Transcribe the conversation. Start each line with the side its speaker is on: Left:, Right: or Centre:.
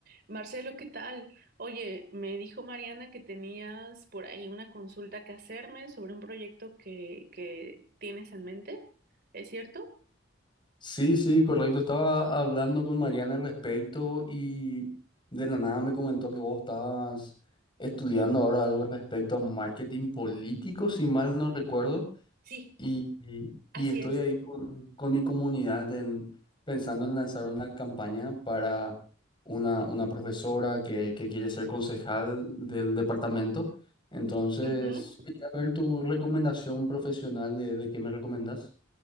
Right: Marcelo, ¿qué tal? Oye, me dijo Mariana que tenías por ahí una consulta que hacerme sobre un proyecto que, que tienes en mente, ¿es cierto?
Left: Sí, sí, correcto. Estaba hablando con Mariana al respecto y de la nada me comentó que vos estabas estudiando ahora algo respecto a marketing político, si mal no recuerdo,
Right: Sí,
Left: y, y-
Right: así
Left: y estoy
Right: es.
Left: ahí con, con mi comunidad en, pensando en lanzar una campaña para una, una profesora que, que quiere ser concejal del departamento. Entonces,
Right: Ujú.
Left: quería ver tu recomendación profesional de, de qué me recomendás.